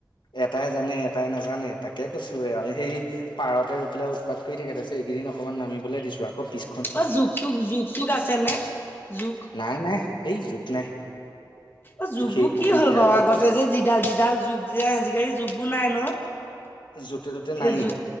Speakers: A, on the left; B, on the left.
A: এটাই জানে এটাই নাজানে তাকে কৈছো আৰু সেই পাৰতে ৰই পেলাই উৎপাত কৰি থাকে ত আ এইকেইদিন অকমান নামিবলৈ দিছো আকৌিছ
B: অ জুোক চোক জোক চুোক আছে নে জুোক
A: নাই নাই সেই যখ নাই
B: অ যুগ
A: সেই
B: বোৰ
A: পুখুৰীকেইটাত
B: কি হ'ল বাৰু
A: জোক
B: আগতে যে যিডাল যিডাল যুগ যে আজিকালি যুগ বোৰ নাই ন
A: য'তে ত'তে নায়েই
B: এ জ